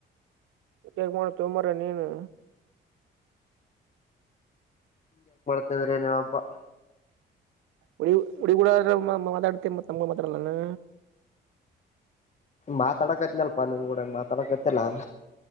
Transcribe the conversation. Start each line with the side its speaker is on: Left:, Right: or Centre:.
Right: ಕೇಗ್ ಮಾಡ ತುಂಬ್ರ ನೀನು
Left: ಇವರ ನಿಳಪಾ
Right: ಹಡಿ ಹುಡಿಗೂಡ ಮಾತಾಡ್ತೆ ಮತ್ ನಮ್ ಮಾತಾಡಲ್ಲಾನ
Left: ಮಾತಾಡಕತ್ನಲ್ಪ ನೀಕೂಡ ಮಾತಾಡಕತ್ತಲ್ಲ ಅ